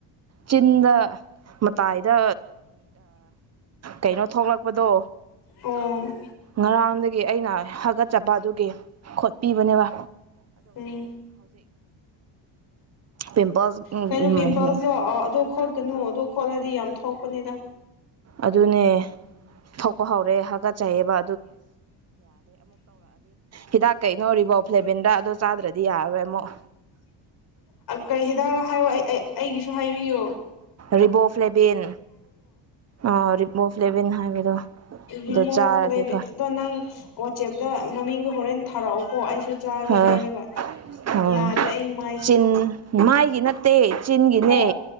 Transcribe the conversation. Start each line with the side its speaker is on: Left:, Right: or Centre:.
Right: ꯆꯤꯟꯗ ꯃꯇꯥꯏꯗ ꯀꯩꯅꯣ ꯊꯣꯛꯂꯛꯄꯗꯣ
Left: ꯑꯣ
Right: ꯉꯔꯥꯡꯗꯒꯤ ꯑꯩꯅꯒꯠ ꯆꯠꯄꯗꯨꯒꯤ ꯈꯨꯠ ꯄꯤꯕꯅꯦꯕ
Left: ꯎꯝ
Right: ꯄꯤꯝꯄꯜꯁ ꯎꯝ
Left: ꯀꯩꯅꯩꯅꯣ ꯄꯤꯝꯄꯜꯁ ꯑꯗꯨ ꯈ ꯀꯩꯅꯣꯣ ꯈꯂꯗꯤ ꯌꯥꯝ ꯊꯣꯛꯄꯅꯤꯗ
Right: ꯑꯗꯨꯅꯦ ꯊꯣꯛꯄ ꯍꯧꯔꯦ ꯍꯥꯀꯠ ꯆꯥꯏꯌꯦꯕ ꯍꯤꯗꯥꯛ ꯀꯩꯅꯣ ꯔꯤꯕꯣ ꯐ꯭ꯂꯦꯕꯤꯟꯗ ꯑꯗꯣ ꯆꯥꯗ꯭ꯔꯗꯤ ꯌꯥꯔꯔꯣꯏ ꯑꯃꯨꯛ
Left: ꯀꯔꯤ ꯍꯗꯥꯛ ꯍꯥꯏ ꯑꯩ ꯑꯩꯒꯤꯁꯨ ꯍꯥꯏꯕꯤ ꯄꯌꯣ
Right: ꯔꯤꯕꯣꯐ ꯂꯦꯚꯦꯟ ꯑ ꯄꯣꯐ ꯂꯦꯚꯦꯟ ꯍꯥꯏꯕꯗꯣ ꯑꯗꯨꯣ
Left: ꯔꯤꯃꯣ
Right: ꯆꯥꯔꯗꯤ
Left: ꯀ꯭ꯂꯦꯕ
Right: ꯐꯩ
Left: ꯑꯗꯣ ꯅꯪ ꯋꯥꯆꯦꯞꯇ ꯃꯃꯤꯡꯗꯣ ꯍꯣꯔꯦꯟ ꯊꯥꯔꯛꯎꯀꯣ ꯑꯩꯁꯨ ꯆꯥꯒꯦ
Right: ꯍ
Left: ꯂꯩꯔꯒ ꯌꯥꯗ꯭ꯔꯦ ꯑꯩ ꯃꯥꯏꯁꯦ
Right: ꯆꯤꯟ ꯃꯥꯏꯒꯤ ꯅ ꯇꯦ ꯆꯤꯟꯒꯤꯅꯦ
Left: ꯑꯣ